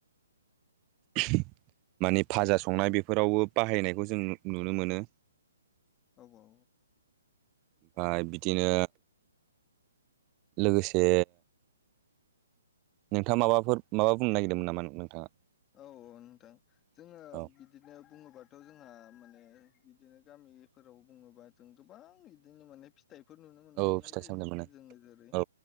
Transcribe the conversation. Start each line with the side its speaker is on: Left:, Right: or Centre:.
Right: <unintelligible> मानि भाजा संनाय बेफोरावबो बाहायनायखौ जों नु नुनो मोनो।
Left: औ औ औ।
Right: ओ बिदिनो लोगोसे नोंथाङा माबाफोर माबा बुंनो नागिरदोंमोन नामा नोंथाङा?
Left: औ औ नोंथां। जोङो
Right: औ
Left: बिदिनो बुङोबाथ' जोंहा माने बिदिनो गामिफोराव बुङोबा जों गोबां इदिनो माने फि थाइफोर नुनो मोनबावनाय
Right: औ फिथाइ
Left: जायो।
Right: सामथाइ मोनो
Left: जोङो जेरै
Right: औ